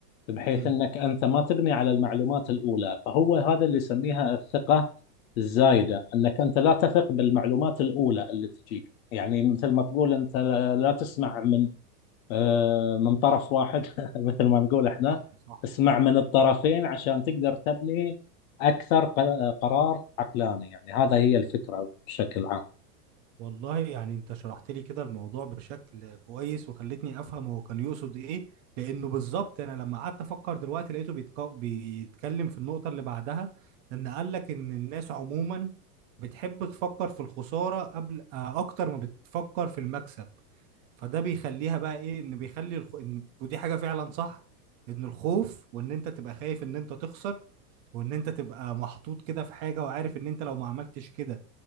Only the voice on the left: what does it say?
بحيث
انك انت ما تبني على المعلومات الاولى فهو هذا اللي يسميها الثقه الزايده انك انت لا تثق بالمعلومات الاولى اللي تجيك يعني مثل ما تقول انت لا لا تسمع من آه، من طرف واحد <laughs> مثل ما نقول احنا
اسمع من الطرفين عشان تقدر تبني أكثر ق- قرار عقلاني يعني هذا هي الفكرة بشكل عام